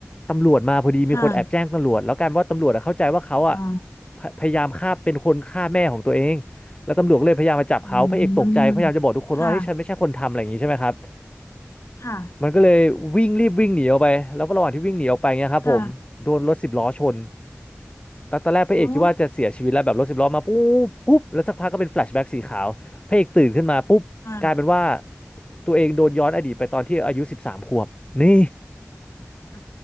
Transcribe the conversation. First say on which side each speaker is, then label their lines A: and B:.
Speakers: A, on the left; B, on the left.
A: ตำรวจมาพอดีมีคนแอบแจ้งตำรวจแล้วกลายเป็นว่าตำรวจอะเข้าใจว่าเขาอ่ะ
B: ค่ะอ๋อ
A: พพยายามฆ่าเป็นคนฆ่าแม่ของตัวเองแล้วตำรวจก็เลยพยายามมาจับเขาพระเอกตกใจพยายามจะบอกทุกคนว่าเฮ้ยฉันไม่ใช่คนทำอะไรอย่างนี้ใช่ไหมครับ
B: อืมค่ะค่ะ
A: มันก็เลยวิ่งรีบวิ่งหนีออกไปแล้วก็ระหว่างที่วิ่งหนีออกไปเงี้ยครับผมโดนรถสิบล้อชน
B: ค่ะ
A: ตอนตอนแรกพระเอกคิดว่าจะเสียชีวิตแล้วแบบรถสิบล้อมาปุ๊บปุ๊บแล้วสักพักก็เป็นแฟลชแบ็กสีขาวพระเอกตื่นขึ้นมาปุ๊บกลายเป็นว่า
B: อ๋อค่ะ
A: ตัวเองโดนย้อนอดีตไปตอนที่อายุสิบสามขวบนี่
B: อื